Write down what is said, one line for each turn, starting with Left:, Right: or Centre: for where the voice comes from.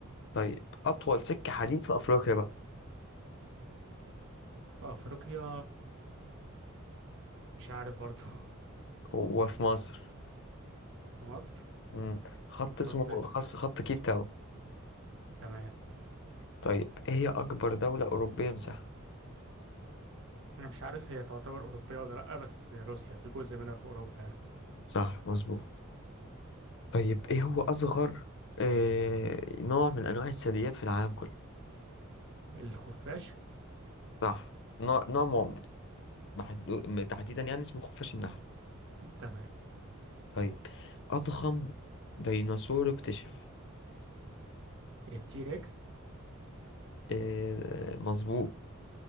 Left: طيب اطول سكة حديد في افريقيا بقى
Right: في أفريقيا مش عارف برضه <laughs>
Left: وفي مصر
Right: في مصر
Left: مم. خط اسمه
Right: خط ال-
Left: خص خط كيب تاون
Right: تمام
Left: طيب ايه هي اكبر دولة اوروبية مساحة
Right: انا مش عارف هي تعتبر اوروبيه ولا لا بس روسيا في جزء منها في اوروبا يعني
Left: صح مظبوط طيب ايه هو اصغر آه... نوع من انواع الثدييات في العالم كله
Right: الخفاش
Left: صح نوع نوع م- محدو... م- تحديدا يعني اسمه خفاش النحل
Right: تمام
Left: طيب اضخم ديناصور اكتشف
Right: التيركس
Left: آه... مظبوط